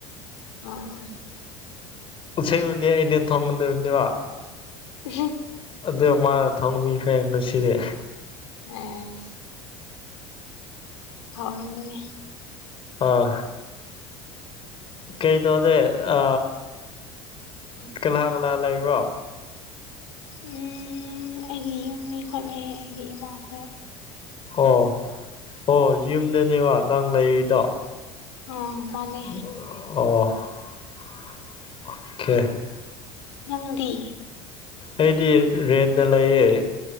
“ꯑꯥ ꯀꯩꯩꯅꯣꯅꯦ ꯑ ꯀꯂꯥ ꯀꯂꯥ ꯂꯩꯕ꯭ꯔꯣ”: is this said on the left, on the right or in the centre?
Left